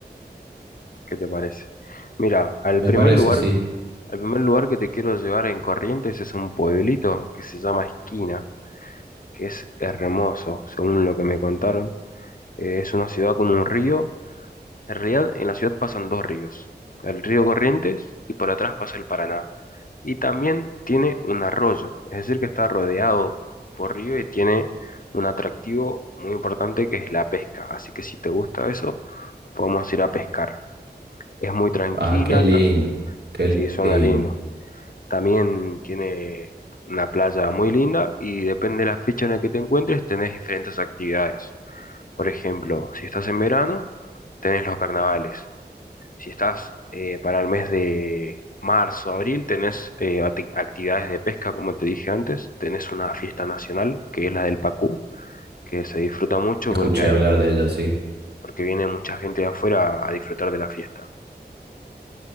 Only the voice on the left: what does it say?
¿Qué te parece? Mira, al
primer
lugar,
al primer lugar que te quiero llevar en Corrientes es un pueblito que se llama Esquina, que es hermoso, según lo que me contaron. Eh, es una ciudad con un río. En realidad, en la ciudad pasan dos ríos, el río Corrientes y por atrás pasa el Paraná. Y también tiene un arroyo, es decir, que está rodeado por río y tiene un atractivo muy importante que es la pesca. Así que si te gusta eso, podemos ir a pescar. Es muy tranquila,
ta-
Sí, suena
lindo. También tiene una playa muy linda y depende de la fecha en la que te encuentres, tenés diferentes actividades. Por ejemplo, si estás en verano, tenés los carnavales. Si estás eh, para el mes de marzo, abril, tenés eh, acti- actividades de pesca, como te dije antes. Tenés una fiesta nacional, que es la del Pacú, que se disfruta mucho
porque,
porque viene mucha gente de afuera a disfrutar de la fiesta.